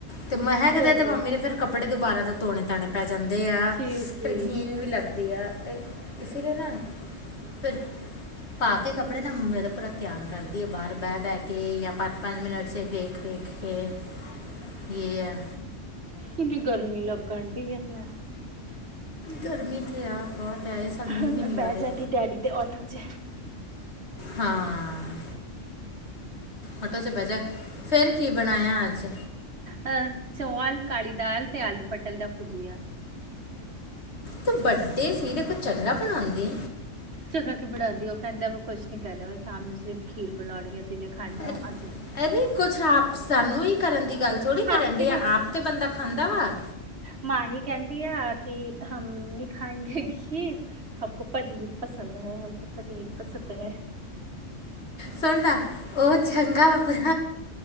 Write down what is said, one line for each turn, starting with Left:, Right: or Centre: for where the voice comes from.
Left: ਤੇ ਮੈਂਹਕ
Right: ਇਹ
Left: ਦੇ ਤੇ ਮੰਮੀ ਨੇ ਫਿਰ ਕੱਪੜੇ ਦੁਬਾਰਾ ਤੋਂ ਧੋਣੇ ਤਾਉਣੇ ਪੈ ਜਾਂਦੇ ਆ
Right: ਜੀ ਜੀ
Left: ਫਿਰ ਗੀਣ ਵੀ ਲੱਗਦੀ ਆ ਅਤੇ ਇਸ ਲਈ ਨਾ ਫਿਰ ਪਾ ਕੇ ਕੱਪੜੇ ਨਾ ਮੰਮੇ ਦਾ ਪੂਰਾ ਧਿਆਨ ਰੱਖਦੀ ਹੈ ਬਾਹਰ ਬਹਿ ਬਹਿ ਕੇ ਜਾਂ ਪੰਜ ਪੰਜ ਮਿੰਟ ' ਵੇਖ ਵੇਖ ਓ ਕੇ ਇਹ ਆ
Right: ਕਿੰਨੀ ਗਰਮੀ ਲੱਗਣ ਡ ਨਾ
Left: ਗਰਮੀਥੇ ਆ ਬਹੁਤ ਆਏ ਸਾਨੂੰ
Right: ਹੁਣ ਮੈਂ
Left: ਮਨੀ
Right: ਬਹਿ
Left: ਵਾਰੇ
Right: ਜਾਂਦੀ ਡੈਡੀ ਦੇ ਆਟੋ ਚ
Left: ਹਾਂ ਹੋਟਲ ਚ ਬਹਿਜਾ ਫੇਿਰ ਕੀ ਬਣਾਇਆ ਅੱਜ
Right: ਅਹ ਚੌਲ ਕਾਲੀ ਦਾਲ ਤੇ ਆਲੂ ਪਟਲ ਦਾ ਭੁਜੀਿਆ
Left: ਤੂੰ ਵੱਡੇ ਸਿਰਫ ਚਗਰਾ ਬਣਾਉਂਦੇ
Right: ਜਗਾ ਕਿਉ ਬਣਾਾਉਂਦੀ ਉਹ ਕਹਿੰਦਾ ਮੈਂ ਕੁੱਝ ਨੀ ਕਰਨਾ ਮੈਂ ਸ਼ਾਮ ਨੂੰ ਸਿਰਫ਼ ਖੀਰ ਬਣਾਉਨੀ ਹੈ ਜਿੰਨੇ ਖਾਣੀਆਂ
Left: ਅਰ-
Right: ਉਹ ਆਜੇ
Left: ਅਰੇ ਕੁਛ ਆਪ ਸਾਨੂੰ ਹੀ ਕਰਨ ਦੀ ਗੱਲ ਥੋੜ੍ਹੀ ਕਰਨ
Right: ਆਪ
Left: ਡਏ ਆਪ ਤੇ ਬੰਦਾ ਖਾਂਦਾ ਵਾ।
Right: ਮਾਂਹੀ ਕਹਿੰਦੀ ਆਸੀ ਹਨ ਨੀ ਖਾਏਂਗੇ ਖੀਰ ਹਮ ਕੋ ਪਨੀਰ ਪਸੰਦ ਹੈ ਹਮ ਕੋ ਪਨੀਰ ਪਸੰਦ ਹੈ।
Left: ਸੁਣ ਨਾ, ਉਹ ਚੰਗਾ ਵ